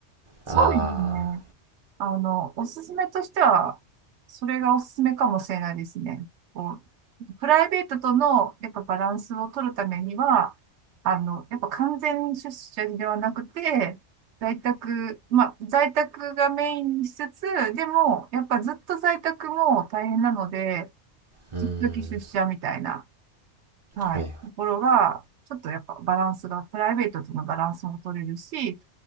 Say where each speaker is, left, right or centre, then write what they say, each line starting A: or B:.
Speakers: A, on the right; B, on the right.
A: そうですね。
B: ああ、
A: あの、おすすめとしては、それがおすすめかもしれないですね。こう、プライベートとの、やっぱバランスを取るためには、あの、やっぱ完全出社ではなくて、在宅、まあ、在宅がメインにしつつ、でも、やっぱずっと在宅も大変なので、
B: うーん、
A: 時々出社みたいな。はい。
B: はい。
A: ところが、ちょっとやっぱバランスが、プライベートとのバランスも取れるし、